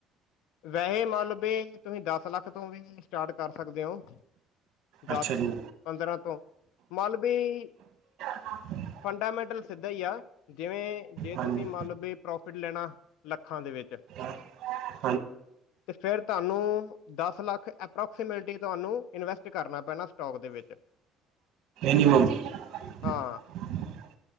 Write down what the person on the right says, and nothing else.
ਅੱਛਾ
ਜੀ
ਹਾਂ।
ਹਾਂਜੀ
<unintelligible>
<unintelligible>